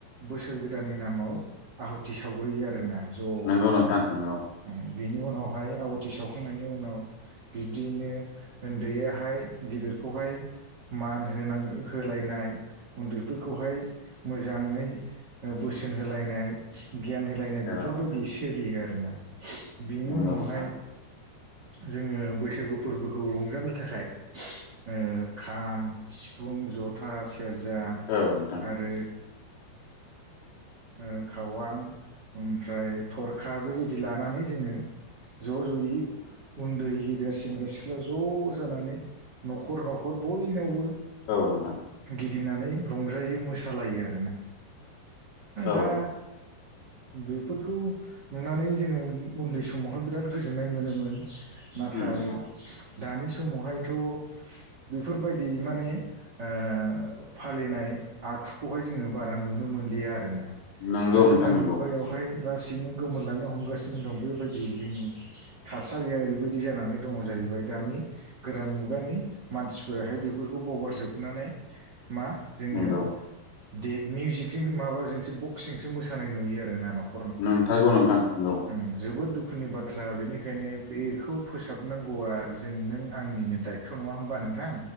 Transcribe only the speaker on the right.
बोसोर गोदाननि नामाव आहुथि सावग्रोयो आरोना ज'नो।
उ बिनि उनावहाय आवाथि सावखांनायनि उनाव बिब्दियैनो उन्दैयाहाय गेदेरखौहाय मान होनांगौ होलायनाय उन्दैफोरखौहाय मोजाङै बोसोन होलायनाय गियान हो लायनाय
बेफोरबायदि
सोलियो आरोना बिनि
उनावहाय
जोङो बैसागु फोरबोखौ रंजानो थाखाय ओ खाम सिफुं जथा सेरजा आरो
ओ खावां ओमफ्राय थरखा बेबायदि लानानै जोङो‌ ज' ज'यै उन्दै गेदेर सेंग्रा सिख्ला ज' जानानै न'खर न'खर बयनावबो
गिदिंनानै रंजायो मोसालायो आरोना
दा बेफोरखौ नुनानै जोङो उन्दै समावहाय बिराद गोजोननाय मोनोमोन। नाथाय
दानि समावहायथ' बेफोरबायदि माने ओ फालिनाय आखुखौहाय जोङो बारा नुनो मोनलिया आरोना।
दा
गोदान
मुगायाव हाय लासैनो गोमोरलांनो हमगासिनो दं बेबायदि जोंनि थासारिया ओरै बायदि जानानै दङ' जाहैबाय दानि गोदान मुगानि मानसिफोराहाय बेफोरखौ बावगारजोबनानै मा जोङो
देकनि जिकजों माबाजोंसो बक्सजोंसो मोसानाय नुयो आरो न
उ जोबोद दुखुनि बाथ्रा बेनिखायनो बे फोसाबनांगौआ जों नों आंनिनो दायथ' नङा होमबा नोंथां?